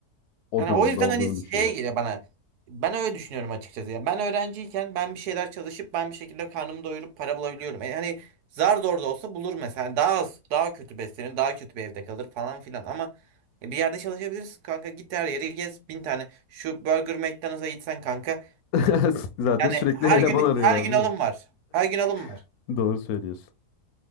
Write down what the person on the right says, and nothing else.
Yani
o yüzden
hani şeye
geliyor bana. Ben öyle düşünüyorum açıkçası. Ya ben öğrenciyken ben bir şeyler çalışıp ben bir şekilde karnımı doyurup para bulabiliyorum. E hani zar zor da olsa bulur mesela. Hani Daha az, daha kötü beslenir, daha kötü bir evde kalır falan filan. Ama e, bir yerde çalışabilirsin kanka. Git her yeri gez. Bin tane şu Burger McDonald's'a gitsen kanka.
Yani
her
gün
her gün
alım
var. Her gün alım var.